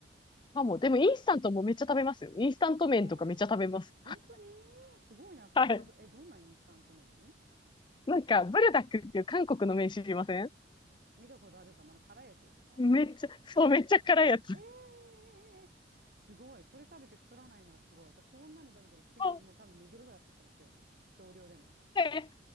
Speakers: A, on the left (about 25°); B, on the right (about 55°).
A: まあ、もう、でもインスタントもめっちゃ食べますよ。インスタント麺とかめっちゃ食べます。
B: ええ、本当にすごいな、それ。
A: はい。
B: たと、え、どんなインスタント麺
A: なんか、ブルダックっていう韓国の麺知りません
B: 見たことあるか、まだ辛いやつですか
A: めっちゃ、そう、めっちゃ辛いやつ。
B: ええ、すごい。それ食べて太らないのはすごい。私そんなの食べたら次、
A: そう
B: もう多分2キロぐらい太ってますよ。少量でも。
A: で